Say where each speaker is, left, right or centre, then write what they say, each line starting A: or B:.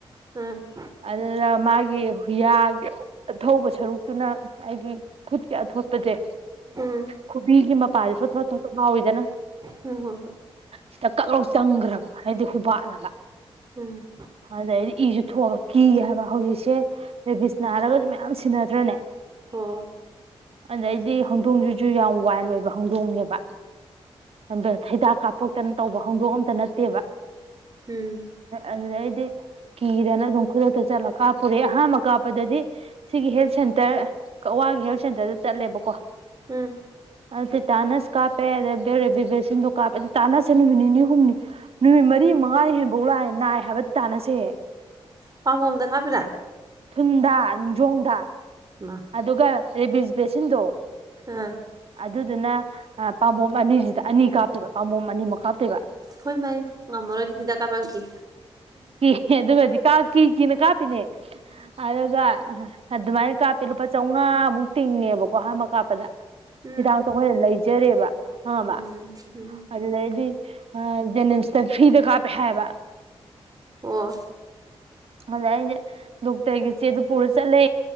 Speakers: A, on the right; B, on the right.
A: ꯎꯝ
B: ꯑꯗꯨꯅ ꯃꯥꯒꯤ ꯍꯨꯌꯥꯒꯤ ꯑ ꯊꯧꯕ ꯁꯔꯨꯛꯇꯨꯅ ꯍꯥꯏꯗꯤ ꯈꯨꯠ ꯀ ꯑꯊꯣꯠꯄꯁꯦ
A: ꯎꯝ
B: ꯈꯨꯕꯤꯒꯤ ꯃꯄꯥꯁꯤꯁꯨꯊꯠꯣ ꯉꯥꯎꯋꯤꯗꯅ
A: ꯎꯝ ꯍꯣꯏ ꯍꯣꯏ
B: ꯁꯤꯗ ꯀꯛꯂꯥꯎ ꯆꯪꯈ꯭ꯔꯕ ꯍꯥꯏꯗꯤ ꯍꯨꯕꯥꯠꯂꯒ
A: ꯎꯝ
B: ꯑꯗꯩꯗꯤ ꯏꯁꯨ ꯊꯣꯛꯑꯒ ꯀꯤꯒ ꯍꯥꯏꯕ ꯍꯧꯖꯤꯛ ꯏꯁꯦ ꯔꯦꯕꯤꯁꯅ ꯍꯥꯏꯔꯒꯁꯨ ꯃꯌꯥꯝ ꯁꯤꯟꯅꯗ꯭ꯔꯅꯦ
A: ꯍ
B: ꯑꯗꯩꯗꯤ ꯍꯧꯗꯣꯡꯁꯤꯁꯨ ꯌꯥꯝ ꯋꯥꯏꯜ ꯑꯣꯏꯕ ꯍꯧꯗꯣꯡꯉꯦꯕ ꯑ ꯍꯩꯗꯥꯛ ꯀꯥꯞꯊꯣꯛꯇꯅ ꯇꯧꯕ ꯍꯧꯗꯣꯛ ꯑꯝꯇ ꯅꯠꯇꯦꯕ
A: ꯎꯝ
B: ꯑꯗꯨꯗꯩ ꯀꯤꯗꯅ ꯑꯗꯨꯝ ꯈꯨꯗꯛꯇ ꯆꯠꯂ ꯀꯥꯞꯄꯨꯔꯦ ꯑꯍꯥꯟꯕ ꯀꯥꯞꯄꯗꯗꯤ ꯁꯤꯒꯤ ꯍꯦꯜꯊ ꯁꯦꯟꯇꯔ ꯀꯛꯋꯥꯒꯤ ꯍꯔ ꯁꯦꯟꯇꯔꯗ ꯆꯠꯂꯦꯕꯀꯣ
A: ꯎꯝ
B: ꯑꯗꯨ ꯇ ꯇꯥꯟꯅꯁ ꯀꯥꯞꯄꯦ ꯑꯗ ꯔꯦꯕꯤ ꯕꯦꯛꯁꯤꯟꯗꯣ ꯀꯥꯞꯄꯦ ꯑꯗꯨ ꯇꯥꯟꯅꯁꯦ ꯅꯨꯃꯤꯠ ꯅꯤꯅꯤ ꯍꯨꯝꯅꯤ ꯅꯨꯃꯤꯠ ꯃꯔꯤ ꯃꯉꯥꯅꯤ ꯍꯦꯟꯐꯧ ꯂꯥꯛꯑꯦ ꯅꯥꯏ ꯍꯥꯏꯕꯗꯤ ꯇꯥꯅꯁꯦ
A: ꯄꯥꯝꯕꯣꯝꯗ ꯀꯥꯞꯄꯤꯔꯥ
B: ꯊꯨꯟꯗꯥ ꯅꯤꯡꯖꯣꯡꯗ
A: ꯏꯃꯥ
B: ꯑꯗꯨꯒ ꯔꯦꯁ ꯕꯁꯤꯤꯟꯗꯣ
A: ꯍꯥꯥ
B: ꯑꯗꯨꯗꯨꯅ ꯄꯥꯝꯕꯣꯝ ꯑꯅꯤꯁꯤꯗ ꯑꯅꯤ ꯀꯥꯞꯇꯦꯕ ꯄꯥꯝꯕꯣꯝ ꯑꯅꯤꯃꯨꯛ ꯀꯥꯞꯇꯦꯕ
A: ꯍꯣꯏ ꯃꯥꯏ ꯉꯃꯔ ꯑꯣꯏ ꯊꯁꯤꯗ ꯀꯥ ꯄꯀꯤ
B: ꯍ ꯑꯗꯨꯕꯗꯤ ꯀꯥ ꯀꯤ ꯀꯤꯅ ꯀꯥꯞꯄꯤꯅꯦ ꯑꯗꯨꯒ ꯍ ꯃꯥꯅꯤ ꯀꯄ ꯑꯩ ꯂꯨꯄꯥ ꯆꯥꯝꯉꯥꯃꯨꯛ ꯇꯤꯡꯉꯦꯕꯀꯣ ꯑꯍꯥꯟꯕ ꯀꯥꯞꯄꯗ
A: ꯎꯝ
B: ꯍꯤꯗꯥꯛꯇꯈꯣꯏꯅ ꯂꯩꯖꯔꯦꯕ ꯑꯕ
A: ꯎꯝ ꯎꯝ
B: ꯑꯗꯨꯗꯩꯗꯤ ꯖꯦꯅꯤꯁ ꯐ꯭ꯔꯤꯗ ꯀꯥꯞꯄꯦ ꯍꯥꯏꯕ
A: ꯑꯣ
B: ꯑꯖꯥꯏ ꯑꯩꯁꯦ ꯗꯣꯛꯇꯔꯒꯤ ꯆꯦ ꯑꯗꯨ ꯄꯨꯔ ꯆꯠꯂꯦ